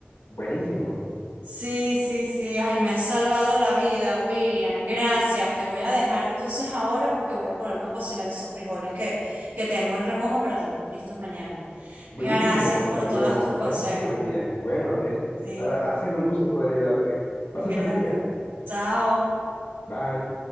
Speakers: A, on the left (about 85°); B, on the right (about 75°).
A: buenísimo.
B: Sí, sí, sí. Ay, me has salvado la vida, William. Gracias. Te voy a dejar entonces ahora porque voy a ponerme a cocinar esos frijoles que, que tengo en remojo para tenerlos listos mañana.
A: Buenísimo,
B: Gracias
A: está
B: por
A: bien,
B: todos tus
A: me parece
B: consejos.
A: súper bien. Bueno, es-
B: Sí,
A: ha, ha sido un gusto poder ayudarte. Pasa
B: <laughs> gracias.
A: feliz día.
B: Chao.
A: Bye.